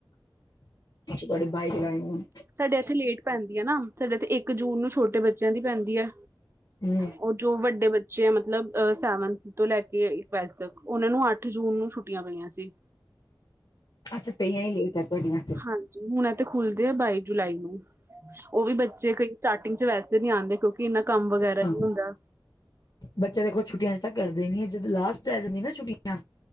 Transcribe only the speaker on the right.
ਸਾਡੇ ਐਥੇ ਲੇਟ ਪੈਂਦੀ ਐ ਨਾ। ਸਾਡੇ ਇੱਥੇ ਇੱਕ ਜੂਨ ਨੂੰ ਛੋਟੇ ਬੱਚਿਆਂ ਦੀ ਪੈਂਦੀ ਐ।
ਓ ਜੋ ਵੱਡੇ ਬੱਚੇ ਆ, ਮਤਲਬ ਅ ਸੈਵਨਥ ਤੋਂ ਲੈ ਕੇ ਟਵੈਲਥ ਤੱਕ, ਉਹਨਾਂ ਨੂੰ ਅੱਠ ਜੂਨ ਨੂੰ ਛੁੱਟੀਆਂ ਪਈਆਂ ਸੀ।
ਹਾਂਜੀ। ਹੁਣ ਇਹ ਤੇ ਖੁੱਲਦੇ ਆ ਬਾਈ ਜੁਲਾਈ ਨੂੰ। ਉਹ ਵੀ ਬੱਚੇ ਕਈ ਸੱ ਸਟਾਟਿਗ 'ਚ ਵੈਸੇ ਨੀ ਆਂਦੇ। ਕਿਉਕਿ ਇੰਨਾ ਕੰਮ ਵਗੈਰਾ
ਨੀ ਹੁੰਦਾ।